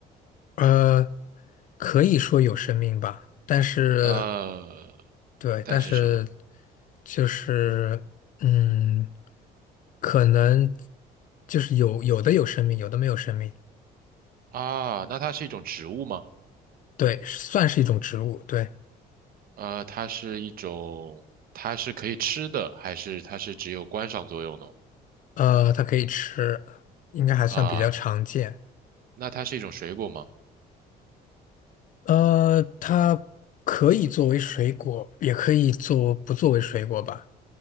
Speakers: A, on the left; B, on the right.
A: 呃，可以说有生命吧，但是
B: 呃，
A: 对，
B: 但是什么？
A: 但是就是嗯，可能就是有有的有生命，有的没有生命，
B: 啊，那它是一种植物吗？
A: 对，算是一种植物，对，
B: 呃，它是一种，它是可以吃的，还是它是只有观赏作用呢？
A: 呃，它可以吃，应该还算比较常见，
B: 啊，那它是一种水果吗？
A: 呃，它可以作为水果，也可以做不作为水果吧，